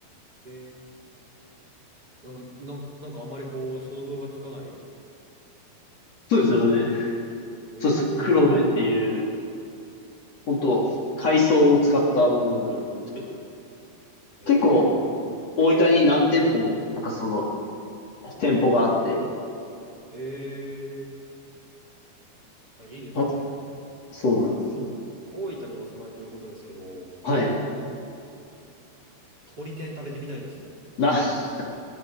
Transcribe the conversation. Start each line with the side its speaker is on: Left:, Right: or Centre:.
Right: えーでもなん、なんかあんまりこう、想像がつかない。
Left: そうですよね。
Right: 黒目。ええー
Left: そうです。黒目っていう、本当海藻を使ったものになるんですけど、
Right: ええーお味しそう
Left: 結構、大分に何店舗も、なんかその、店舗があって、
Right: ええーあ、いいですね。
Left: あ、そうなんです。
Right: その、大分にお住まいということですけど、
Left: はい。
Right: 鳥天食べてみたいですね。
Left: な、<laughs>